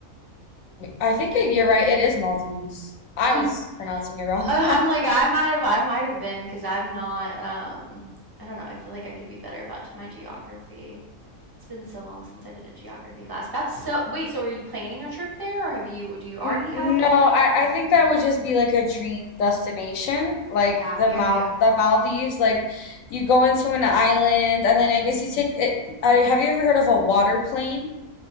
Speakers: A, on the left (about 75°); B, on the right (about 30°).
A: I think it, you're right. It is Maldives.
B: <laughs>
A: I was pronouncing it wrong.
B: Uh,
A: <laughs>
B: I'm like I might have I might have been because I'm not um I don't know I feel like I could be better about g- my geography. It's been so long since I did a geography class. That's so wait, so are you planning a trip there or have you do you already
A: N-
B: have
A: No, I, I think that would just be like a dream destination, like
B: Yeah,
A: the
B: yeah,
A: Mal
B: yeah, yeah.
A: the Maldives. Like you go into an island, and then I guess you take it. I, have you ever heard of a water plane?